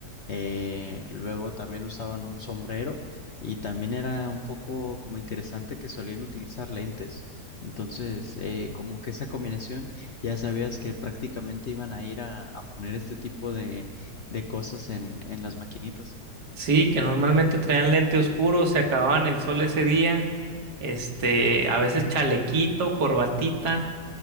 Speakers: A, on the left (about 55°); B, on the right (about 70°).
A: Eh, luego también usaban un sombrero y también era un poco como interesante que solían utilizar lentes. Entonces, eh, como que esa combinación, ya sabías que prácticamente iban a ir a a poner este tipo de de cosas en, en las maquinitas.
B: Sí, que normalmente traían lente oscuro, se acababan el sol ese día, este, a veces chalequito, corbatita.